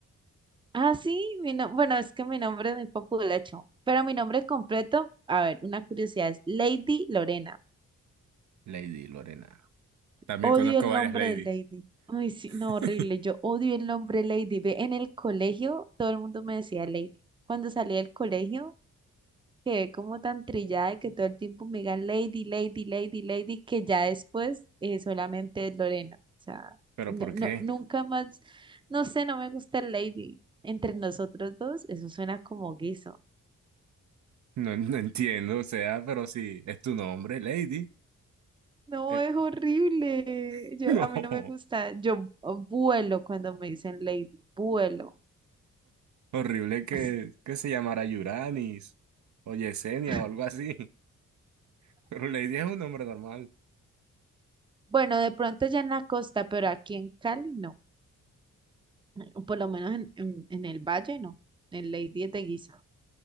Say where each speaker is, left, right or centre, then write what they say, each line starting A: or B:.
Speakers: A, on the right; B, on the right.
A: Ah, sí, mi no- bueno, es que mi nombre es muy populacho, pero mi nombre completo, a ver, una curiosidad, es Lady Lorena.
B: Lady Lorena. También
A: Odio
B: conozco
A: el
B: varias
A: nombre
B: ladies.
A: de Lady. Ay, sí,
B: <laughs>
A: no, horrible. Yo odio el nombre Lady. Ve, en el colegio todo el mundo me decía Lady. Cuando salí del colegio quedé como tan trillada de que todo el tiempo me digan Lady, Lady, Lady, Lady, que ya después eh, solamente es Lorena. O sea,
B: ¿Pero
A: no,
B: por qué?
A: no, nunca más, no sé, no me gusta el Lady. Entre nosotros dos, eso suena como guiso.
B: No, no entiendo, o sea, pero si es tu nombre, Lady.
A: No,
B: eh,
A: es horrible.
B: <laughs>
A: Yo,
B: no,
A: a mí no me gusta. Yo oh, vuelo cuando me dicen Lady, vuelo.
B: horrible que,
A: Así.
B: que se llamara Yuranis o Yesenia
A: <laughs>
B: o algo así. <laughs> Pero Lady es un nombre normal.
A: Bueno, de pronto ya en la costa, pero aquí en Cali no. O Por lo menos en, en- en el valle no. En Lady es de guisa.